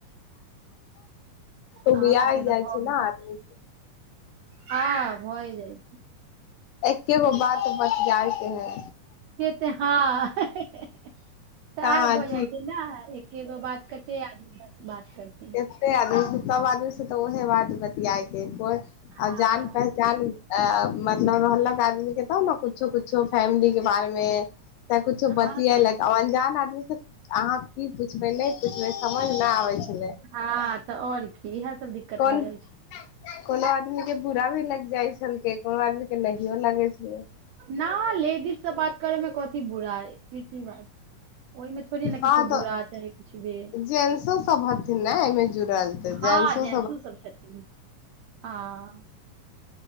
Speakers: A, on the left (about 80°); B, on the right (about 80°).
A: उबिया
B: अहाँ सबके तऽ
A: जाइ छैय
B: भऽ
A: ने
B: गेल
A: आदमी।
B: हँ भए जाइ
A: एकेगो बात बतियायके है।
B: केत हँ <unintelligible>
A: कहाँ छी
B: एकेगो बात कते याद बात करथिन
A: केते आदमी सब आदमी से तऽ उहे बात बतियाएके कोइ
B: हँ
A: आब जान पहचान अ मतलब रहलक आदमी के तब ने कुछो कुछो फैमिली के बारे मे चाहे कुछो
B: हँ
A: बतियक आ अनजान आदमी से अहाँ की पूछबय नहि पूछबय समझ ना आबै छलै।
B: हँ तऽ आओर की ईहे सब दिक्कत
A: कोन
B: भऽ जाइ छैय।
A: कोनो आदमी के बुरा भी लग जाइ छलकै कोनो आदमी के नहियो लगै छलै।
B: न लेडीज से बात करे में कथी बुराई। की की बात ओहिमे थोड़े ने किछो
A: हँ तऽ
B: बुरा चाह किछु भी
A: जेंट्सो सब हथिन ने एहिमे जुड़ल तऽ
B: हँ
A: जेंट्सो
B: जेन्स सब छथिन हँ।